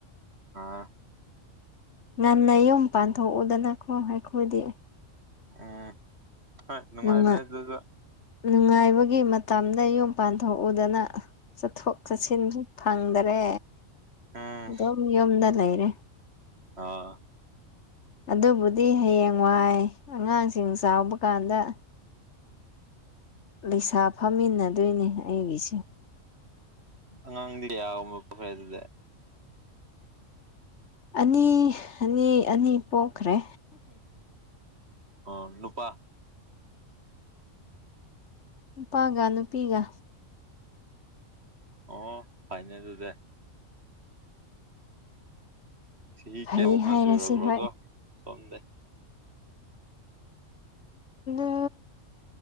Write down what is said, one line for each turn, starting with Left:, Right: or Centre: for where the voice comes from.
Right: ꯑꯥ
Left: ꯉꯟꯅ ꯌꯨꯝ ꯄꯥꯟꯊꯣꯛꯎꯗꯅꯈꯣ ꯍꯥꯏꯈꯣꯏꯗꯤ
Right: ꯎꯝ ꯍꯣꯏ ꯅꯨꯡꯉꯥꯏꯕꯅꯦ
Left: ꯅꯨꯡꯉꯥꯏ
Right: ꯑꯗꯨꯁꯨ
Left: ꯅꯨꯡꯉꯥꯏꯕꯒꯤ ꯃꯇꯝꯗ ꯌꯨꯝ ꯄꯥꯟꯊꯣꯛꯎꯗꯅ ꯆꯠꯊꯣꯛ ꯆꯠꯁꯤꯟꯈꯤ ꯐꯪꯗꯔꯦ
Right: ꯎꯝ
Left: ꯑꯗꯨꯝ ꯌꯨꯝꯗ ꯂꯩꯔꯦ
Right: ꯑꯥ
Left: ꯑꯗꯨꯕꯨꯗꯤ ꯍꯌꯦꯡ ꯋꯥꯏ ꯑꯉꯥꯡꯁꯤꯡ ꯆꯥꯎꯕ ꯀꯥꯟꯗ ꯂꯩꯁꯥ ꯐꯝꯃꯤꯟꯅꯗꯣꯏꯅꯦ ꯑꯩꯒꯤꯁꯦ
Right: ꯑꯉꯥꯡꯗꯤꯗꯤꯌꯥꯈꯔꯦ ꯑꯗꯨꯗ
Left: ꯑꯅꯤ ꯑꯅꯤ ꯑꯅꯤ ꯄꯣꯛꯈ꯭ꯔꯦ
Right: ꯑꯣ ꯅꯨꯄꯥ
Left: ꯅꯨꯄꯥꯒ ꯅꯨꯄꯤꯒ
Right: ꯑꯣ ꯐꯥꯏꯅꯦꯜ ꯗ ꯆꯍꯤ
Left: ꯐꯩ
Right: ꯀꯌꯥ ꯋꯥ ꯑꯃ
Left: ꯍꯥꯏꯔꯁꯤ
Right: ꯆꯨꯔꯕ꯭ꯔꯒꯣ
Left: ꯍꯣꯏ
Right: ꯁꯣꯝꯗ
Left: ꯑ